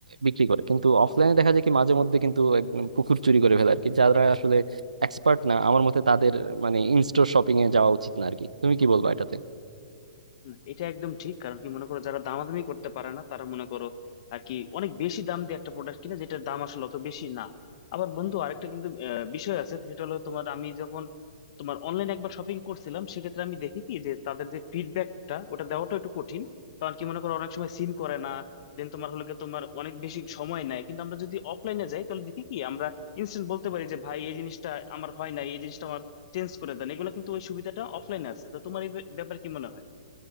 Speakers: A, on the right; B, on the left.
A: বিক্রি করে কিন্তু অফলাইনে দেখা যায় কি মাঝে মধ্যে কিন্তু একদম পুকুর চুরি করে ফেলে আর কি যারা আসলে এক্সপার্ট না আমার মতে তাদের মানে ইনস্টোর শপিং এ যাওয়া উচিত না আর কি তুমি কি বলবো এটাতে
B: না এটা একদম ঠিক কারণ কি মনে করো যারা দামাদামি করতে পারে না তারা মনে করো আর কি অনেক বেশি দাম দিয়ে একটা প্রোডাক্ট কিনে যেটার দাম আসলে অত বেশি না আবার বন্ধু আরেকটা কিন্তু আহ, বিষয় আছে সেটা হলো তোমার আমি যখন তোমার অনলাইনে একবার শপিং করছিলাম সেক্ষেত্রে আমি দেখি কি যে তাদের যে ফিডব্যাকটা ওটা দেওয়াটা একটু কঠিন কারণ কি মনে করো অনেক সময় সিন করে না দেন তোমার হলে গিয়ে তোমার অনেক বেশি সময় নেয় কিন্তু আমরা যদি অফলাইনে যাই তাহলে দেখি কি আমরা ইনস্ট্যান্ট বলতে পারি যে ভাই এই জিনিসটা আমার হয় না এই জিনিসটা আমার চেঞ্জ করে দেন এগুলো কিন্তু ওই সুবিধাটা অফলাইনে আছে তো তোমার এই ব্যাপারে কি মনে হয়